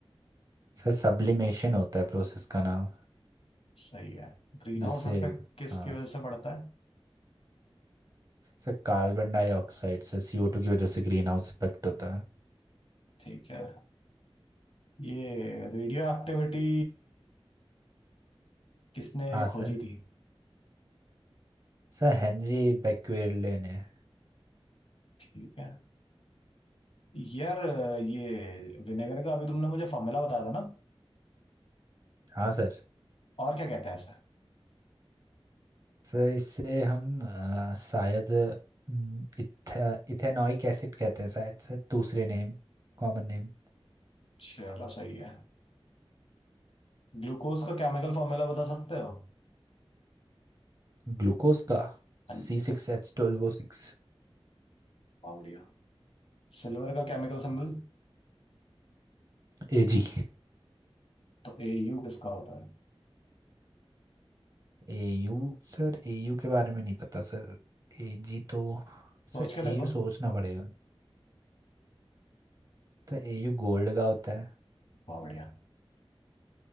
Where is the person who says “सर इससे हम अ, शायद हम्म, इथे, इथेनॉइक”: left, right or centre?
Right